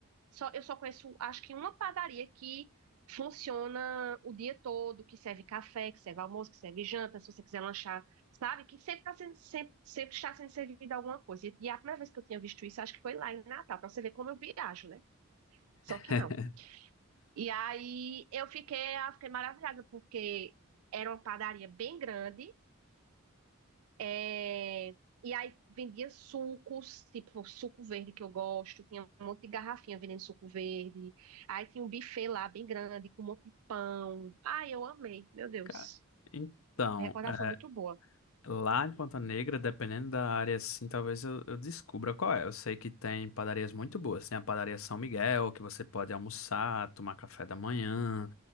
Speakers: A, on the right; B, on the left.
A: só eu só conheço acho que uma padaria que funciona o dia todo, que serve café, que serve almoço, que serve janta, se você quiser lanchar, sabe? Que sempre tá sendo, sempre, sempre está sendo servida alguma coisa. E, e a primeira vez que eu tinha visto isso, acho que foi lá em Natal, para você ver como eu viajo, né? Só que
B: <laughs>
A: não. E aí eu fiquei, eu fiquei maravilhada, porque era uma padaria bem grande, é, e aí vendia sucos, tipo suco verde que eu gosto, tinha um monte de garrafinha vendendo suco verde. Aí tinha um buffet lá bem grande, com um monte de pão. Ai, eu amei, meu Deus.
B: Cara, Então,
A: Recordação
B: é,
A: muito boa.
B: lá em Ponta Negra, dependendo da área, assim, talvez eu, eu descubra qual é. Eu sei que tem padarias muito boas. Tem a padaria São Miguel, que você pode almoçar, tomar café da manhã.